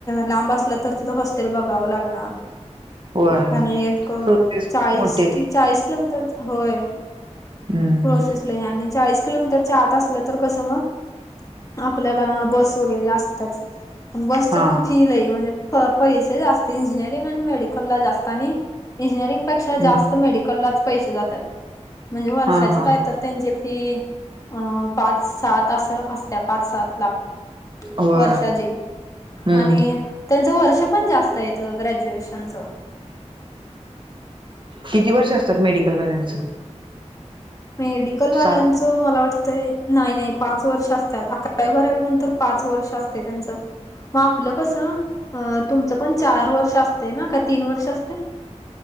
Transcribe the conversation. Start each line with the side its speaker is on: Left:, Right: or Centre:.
Left: लांब असलं तर तिथ हॉस्टेल बघाव लागणार.
Right: होय
Left: हा आणि एक
Right: प्रोसेस
Left: चाळीस
Right: मोठे
Left: कि चाळीस किलोमीटर चं होय.
Right: हम्म
Left: प्रोसेसलायाआणि चाळीस किलोमीटरच्या आत असलं तर कसं मग. आपल्याला बस वगैरे असतयाच पण बसच
Right: हा
Left: पण फी लय म्हणजे. प पैसे जास्त इंजीनियरिंग आणि मेडिकलला जास्त आणि इंजीनियरिंग पेक्षा
Right: हम्म.
Left: जास्त. मेडिकललाच पैसे जात्यात म्हणजे वर्षाचे
Right: हा हा
Left: काय तर. त्यांची फी अ पाच सात अस असत्या पाच सात लाख.
Right: होय
Left: वर्षाचे
Right: हम्म
Left: आणि. त्यांचं वर्ष पण जास्त येते ग्रॅज्युएशनचं.
Right: किती वर्ष असतात मेडिकलवाल्यांचं.
Left: मेडिकल वाल्यांचं
Right: सात
Left: मला वाटतंय नाही नाही पाच वर्ष असतात अकरावी बारावी नंतर पाच वर्ष असतात. ते त्यांच म आपलं कस अ तुम इथं पण चार वर्ष असते ना? का तीन वर्ष असते.